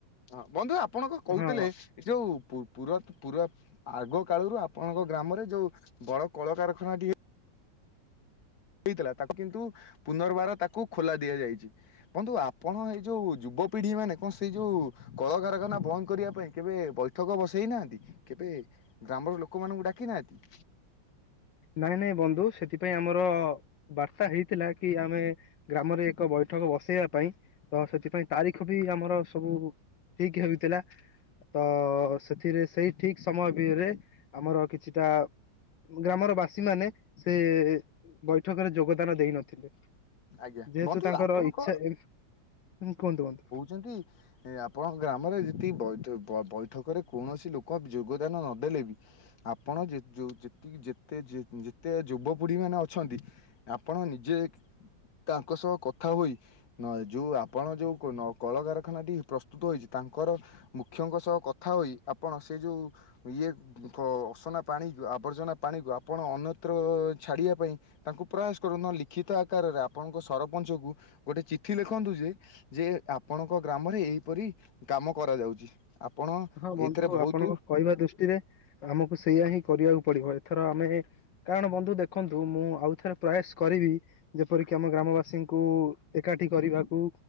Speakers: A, on the left (about 55°); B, on the left (about 70°).
A: ହ ବନ୍ଧୁ ଆପଣ କଣ କହୁଥିଲେ।
B: ହଁ
A: ଏ ଯୋଉ ପୁ ପୁରତ ପୁରା ଆଗ କାଳରୁ ଆପଣଙ୍କ ଗ୍ରାମରେ ଯୋଉ ବଡ କଳକାରଖା ଖାନା ଡିଏ ହେଇଥିଲା ତାକୁ କିନ୍ତୁ ପୁନର୍ବାର ତାକୁ ଖୋଲା ଦିଆଯାଇଛି। ବନ୍ଧୁ ଆପଣ ଏଇ ଯୋଉ ଯୁବପିଢ଼ି ମାନେ କଣ ସେଇ ଯୋଉ କଳକାରାରଖାନା ବନ୍ଦ କରିବା ପାଇଁ କେବେ ବୈଠକ ବସେଇନାହାନ୍ତି କେବେ ଗ୍ରାମର ଲୋକମାନଙ୍କୁ ଡାକି ନାହାନ୍ତି।
B: ନାଇଁ ନାଇଁ ବନ୍ଧୁ ସେଥିପାଇଁ ଆମର ବାର୍ତ୍ତା ହେଇଥିଲା କି ଆମେ ଗ୍ରାମରେ ଏକ ବୈଠକ ବସେଇବା ପାଇଁ ତ ସେଥିପାଇଁ ତାରିଖ ବି ଆମର ସବୁ ଠିକ ହେଉଥିଲା ତ ସେଥିରେ ସେଇ ଠିକ ସମୟ ଭିରେ ଆମର କିଛିଟା ଗ୍ରାମର ବାସୀ ମାନେ ସେ ବୈଠକରେ ଯୋଗଦାନ ଦେଇନଥିଲେ।
A: ଆଜ୍ଞା
B: ଯେହେତୁ
A: ବନ୍ଧୁ
B: ତାଙ୍କର
A: ଆପଣଙ୍କ
B: ଇଚ୍ଛା ଏ ହୁ କୁହନ୍ତୁ କୁହନ୍ତୁ
A: ଛନ୍ତି ଆପଣଙ୍କ ଗ୍ରାମରେ ଯଦି ବଇଠ ବୈଠକରେ କୌଣସି ଲୋକ ଯୋଗଦାନ ନଦେଲେ ବି ଆପଣ ଯେ ଯେତିକି ଯେତେ ଯେତେ ଯୁବପିଢ଼ି ମାନେ ଅଛନ୍ତି ଆପଣ ନିଜେ ତାଙ୍କ ସହ କଥା ହୋଇ ନ ଯଉଁ ଆପଣ ଯୋଉ ନ କଳକାରଖାନାଟି ପ୍ରସ୍ତୁତ ହୋଇଛି ତାଙ୍କର ମୁଖ୍ୟଙ୍କ ସହ କଥା ହୋଇ ଆପଣ ସେ ଯୋଉ ଇଏ ଦିଖ ଅସନା ପାଣିକୁ ଆବର୍ଜନା ପାଣିକୁ ଆପଣ ଅନ୍ୟତ୍ର ଛାଡ଼ିବା ପାଇଁ ତାଙ୍କୁ ପ୍ରୟାସ କରୁନ୍ତୁ ଲିଖିତ ଆକାରରେ ଆପଣଙ୍କ ସରପଞ୍ଚ କୁ ଗୋଟେ ଚିଠି ଲେଖନ୍ତୁ ଯେ ଯେ ଆପଣଙ୍କ ଗ୍ରାମରେ ଏଇପରି କାମ କରାଯାଉଛି ଆପଣ
B: ହଁ ବନ୍ଧୁ
A: ଏଇଥିରେ ବହୁତ
B: ଆପଣଙ୍କ କହିବା ଦୃଷ୍ଟିରେ ଆମକୁ ସେଇୟା ହିଁ କରିବାକୁ ପଡିବ ଏଥର ଆମେ କାରଣ ବନ୍ଧୁ ଦେଖନ୍ତୁ ମୁଁ ଆଉ ଥରେ ପ୍ରୟାସ କରିବି ଯେପରିକି ଆମ ଗ୍ରାମବାସୀଙ୍କୁ ଏକାଠି କରିବାକୁ